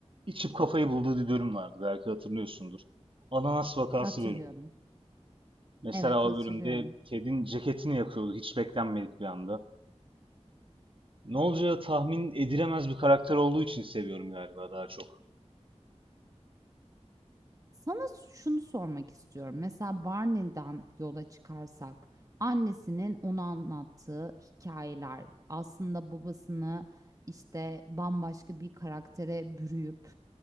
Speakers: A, on the right; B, on the right.
A: İçip kafayı bulduğu bir bölüm vardı belki hatırlıyorsundur. Ananas vakası
B: Hatırlıyorum.
A: bölümü. Mesela
B: Evet
A: o
B: hatırlıyorum.
A: bölümde kedin ceketini yakıyordu hiç beklenmedik bir anda. Ne olacağı tahmin edilemez bir karakter olduğu için seviyorum galiba daha çok.
B: Sana şunu sormak istiyorum. Mesela Barney'den yola çıkarsak annesinin ona anlattığı hikayeler aslında babasını işte bambaşka bir karaktere bürüyüp